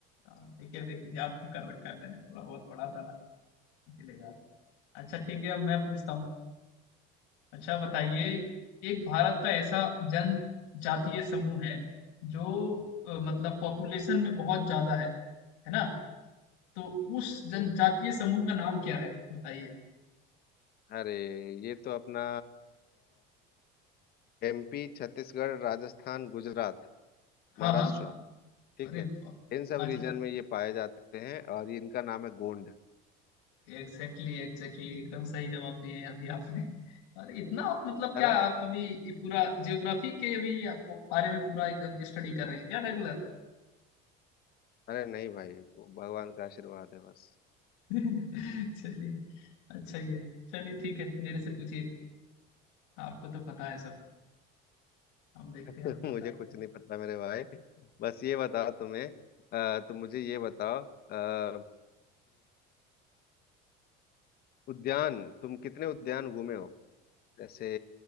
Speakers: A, on the left; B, on the left.
A: हाँ, ठीक है देखिए याद तो कर रखा है मैंने थोड़ा बहुत पढ़ा था ना इसीलिए याद अच्छा ठीक है अब मैं पूछता हूँ अच्छा बताइए एक भारत का ऐसा जनजातीय समूह है जो अ, मतलब पॉपुलेशन में बहुत ज्यादा है है ना तो उस जनजातीय
B: हम्म,
A: समूह का नाम क्या है बताइए
B: अरे ये तो अपना एमपी छत्तीसगढ़ राजस्थान गुजरात
A: हाँ
B: महाराष्ट्र
A: हाँ
B: ठीक
A: अरे वाह
B: है इन सब
A: हाँ जी
B: रीजन में ये पाए जाते हैं और ये इनका नाम है गोंड
A: एग्जैक्टली एग्जैक्टली एकदम सही जवाब दिए हैं अभी आपने अरे इतना आप मतलब क्या
B: है ना
A: आप अभी ये पूरा जियोग्राफी के भी आप बारे में पूरा एकदम स्टडी कर रहे हैं क्या रेगुलर
B: अरे नहीं भाई भगवान का आशीर्वाद है बस
A: <laughs> चलिए अच्छा ये चलिए ठीक है मेरे से पूछिए आपको तो पता है सब हम देखते
B: <laughs>
A: हैं हमें पता
B: मुझे
A: है
B: कुछ
A: कि नहीं
B: नहीं पता मेरे भाई बस ये बताओ तुम्हें अ, तुम मुझे ये बताओ अ, कि उद्यान तुम कितने उद्यान घूमे हो जैसे